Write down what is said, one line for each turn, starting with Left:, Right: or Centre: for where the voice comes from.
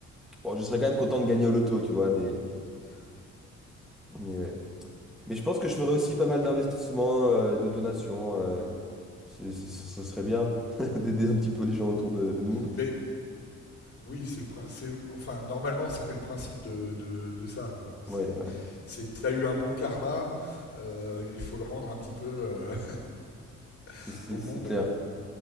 Centre: Bon, je serais quand même content de gagner au loto, tu vois, mais. mais ouais. Mais je pense que je ferais aussi pas mal d'investissements, euh, de donations. euh, c'est, c'est- ce ce serait bien <laughs> d'aider un petit peu les gens autour de, de nous.
Left: Mais Oui, c'est le prin- c'est enfin normalement c'est le principe de, de, de ça quoi. C'est
Centre: Oui, voilà,
Left: c'est t'as eu un bon karma, euh, il faut le rendre un petit peu euh,
Centre: c'est
Left: <laughs>
Centre: c'est-
Left: au monde.
Centre: c'est clair.